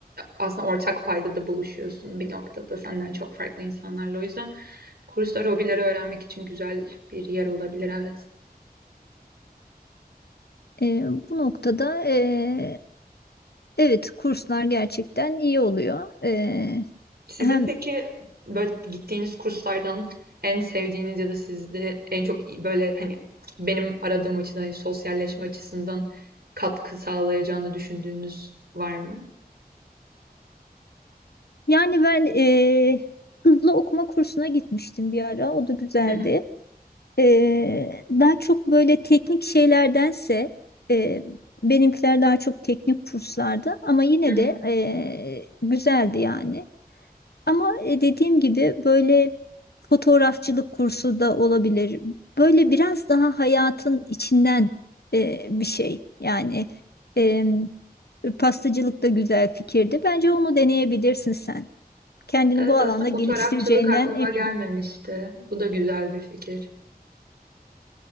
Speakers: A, on the right; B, on the left.
A: aslında ortak payda da buluşuyorsun bir noktada senden çok farklı insanlarla. O yüzden kurslar hobileri öğrenmek için güzel bir yer olabilir, evet.
B: Eee, bu noktada eee, evet kurslar gerçekten iyi oluyor. Eee,
A: Sizin
B: hem
A: peki böyle gittiğiniz kurslardan en sevdiğiniz ya da sizde en çok iyi- böyle hani benim aradığım açıdan hani sosyalleşme açısından katkı sağlayacağını düşündüğünüz var mı?
B: yani ben eee, hızlı okuma kursuna gitmiştim bir ara o da güzeldi.
A: Hı hı.
B: Ee, daha çok böyle teknik şeylerdense e, benimkiler daha çok teknik kurslardı ama yine
A: Hı hı.
B: de e, güzeldi yani. Ama e, dediğim gibi böyle fotoğrafçılık kursu da olabilir. Böyle biraz daha hayatın içinden e, bir şey. Yani e, pastacılık da güzel fikirdi. Bence onu deneyebilirsin sen. Kendini
A: Evet
B: bu alanda
A: aslında fotoğrafçılık
B: geliştireceğinden
A: aklıma
B: eminim.
A: gelmemişti. Bu da güzel bir fikir.